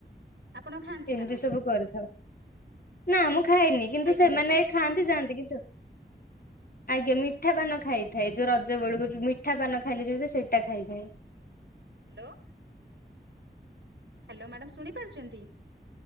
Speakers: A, on the right (about 85°); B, on the left (about 55°).
A: ଆପଣ ଖାଆନ୍ତି
B: ଏମିତି
A: ପାନ
B: ସବୁ କରିଥାଉ ନା ମୁଁ ଖାଇନି କିନ୍ତୁ
A: ଖାଇଥାନ୍ତି
B: ସେମାନେ
A: ଆପଣ
B: ଖାଆନ୍ତି ଯାଆନ୍ତି କିନ୍ତୁ ଆଜ୍ଞା ମିଠା ପାନ ଖାଇଥାଏ ଯୋଉ ରଜ ବେଳକୁ ଯୋଉ ମିଠା ପାନ ଖାଇଲେ ଯେମିତି ସେଇଟା ଖାଇଥାଏ।
A: ହ୍ୟାଲୋ ହ୍ୟାଲୋ ମ୍ୟାଡାମ ଶୁଣି ପାରୁଛନ୍ତି?